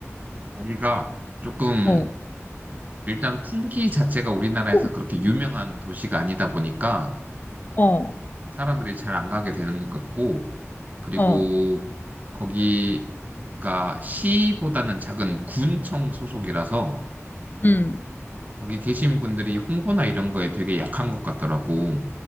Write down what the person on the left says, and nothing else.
어,
피
어,
어,
응.